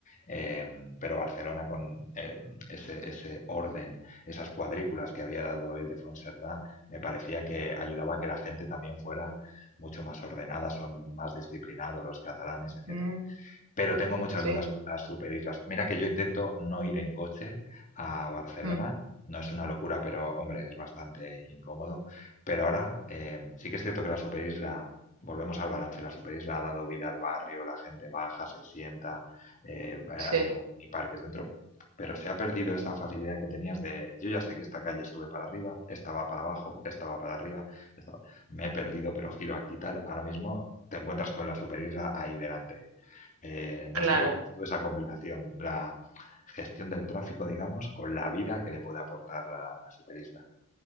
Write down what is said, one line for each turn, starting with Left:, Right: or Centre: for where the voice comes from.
Left: Eh, pero Barcelona con eh, ese, ese orden, esas cuadrículas que había dado Ildefonso Cerdá, me parecía que ayudaba a que la gente también fuera mucho más ordenada, son más disciplinados los catalanes, etcétera.
Right: Mm,
Left: Pero tengo muchas
Right: sí,
Left: dudas con las superislas. Mira que yo intento no ir en coche a Barcelona.
Right: Mm,
Left: No es una locura, pero hombre, es bastante incómodo. Pero ahora eh, sí que es cierto que la superisla, volvemos al balance, la superisla ha dado vida al barrio, la gente baja, se sienta, eh, hay
Right: sí,
Left: como mini parques dentro. Pero se ha perdido esa facilidad que tenías de, yo ya sé que esta calle sube para arriba, esta va para abajo, esta va para arriba, esta va- me he perdido, pero giro aquí tal. Ahora mismo te encuentras con la superisla ahí delante. Eh, no
Right: claro.
Left: sé cómo ves tú esa combinación, la gestión del tráfico, digamos, con la vida que le puede aportar la, la superisla.